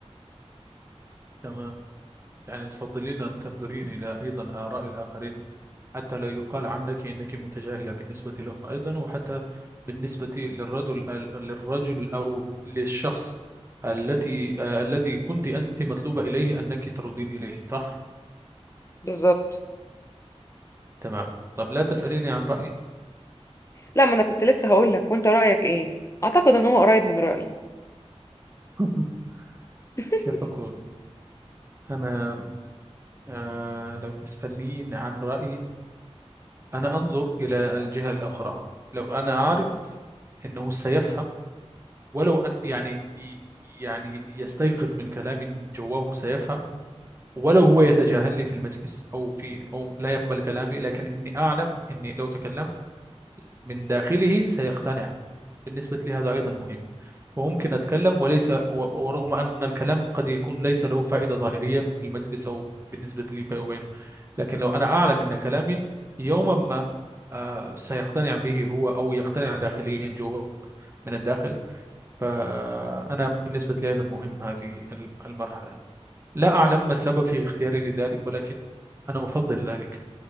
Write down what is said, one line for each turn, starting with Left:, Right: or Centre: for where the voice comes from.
Right: تمام يعني تفضلين أن تنظرين إلى أيضا آراء الآخرين حتى لا يقال عنك إنك متجاهلة بالنسبة لهم أيضا وحتى بالنسبة للرجل للرجل أو للشخص التي آه، الذي كنت أنت مطلوبة إليه أنك تردين إليه صح؟
Left: بالظبط
Right: تمام طب لا تسأليني عن رأيي
Left: لا ما انا كنت لسه هقول لك وانت رايك ايه اعتقد ان هو قريب من رايي
Right: <laughs>
Left: <laughs>
Right: كيف أقول أنا آه لو تسألين عن رأيي أنا أنظر إلى الجهة الأخرى لو أنا أعرف أنه سيفهم ولو أن يعني يعني يستيقظ من كلامي جواه سيفهم ولو هو يتجاهلني في المجلس أو في أو لا يقبل كلامي لكن إني أعلم إني لو تكلمت من داخله سيقتنع بالنسبة لي هذا أيضا مهم وممكن أتكلم وليس و- ورغم أن الكلام قد يكون ليس له فائدة ظاهرية في المجلس أو بالنسبة لي بيني وبينه لكن لو أنا أعلم أن كلامي يوما ما آه، سيقتنع به هو أو يقتنع داخليا جوا من الداخل فأنا بالنسبة لي أيضا مهم هذه المرحلة لا أعلم ما السبب في اختياري لذلك ولكن أنا أفضل ذلك